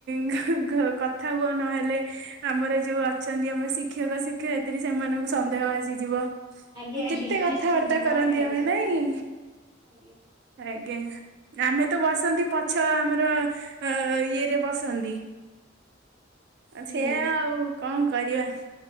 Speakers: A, on the right (about 60°); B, on the right (about 20°).
A: <unintelligible> ଘ କଥା ହୁଅ ନହେଲେ ଆମର ଯୋଉ ଅଛନ୍ତି ଆମର ଶିକ୍ଷକ ଶିକ୍ଷୟିତ୍ରୀ ସେମାନଙ୍କୁ ସନ୍ଦେହ ଆସିଯିବ।
B: ଆଜ୍ଞା ଆଜ୍ଞା
A: କେତେ କଥାବାର୍ତ୍ତା
B: ନିଶ୍ଚିନ୍ତ
A: କରନ୍ତି
B: ମନେ ଅଛି
A: ଆମେ ନାଇଁ?
B: ମନେ ଅଛି। ଆଜ୍ଞା।
A: ଆଜ୍ଞା ଆମେ ତ ବସନ୍ତି ପଛ ଆମର ଅ ଇଏରେ ବସନ୍ତି। ଆ
B: ହୁଁ
A: ସେୟା ଆଉ କଣ କରିବା?